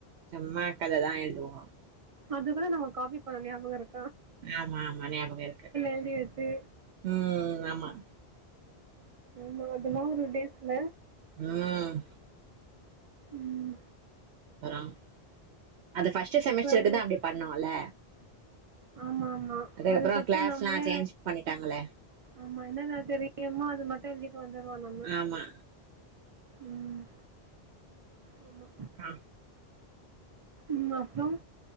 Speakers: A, on the right; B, on the right.
A: சும்மாக்கதைதா எழுதுவோ
B: அது கூட நம்ம காப்பி பண்ண ஞாபகோ இருக்
A: ஆமா ஆமா ஞாபக இருக்கு
B: எழுதி வச்சு
A: ம் ஆமா
B: ஆமா அதெல்லா ஒரு டேஸ் இல்ல
A: ம்
B: ம்
A: அப்புறம் அது ஃபர்ஸ்ட் செமஸ்டருக்கு
B: அப்றோ என்ன
A: தா அப்டி பண்ணோல்ல
B: ஆமா ஆமா
A: அதுக்கப்றோ
B: அதுக்கடுத்து
A: கிளாஸ்லா
B: நம்மளே
A: சேஞ்ச் பண்ணிட்டாங்கள
B: ஆமா என்னென்ன தெரியுமோ அத மட்டு எழுதிட்டு வந்துருவோ நம்ம
A: ஆமா
B: ம் ஆமா
A: ஆ
B: ம் அப்புறம்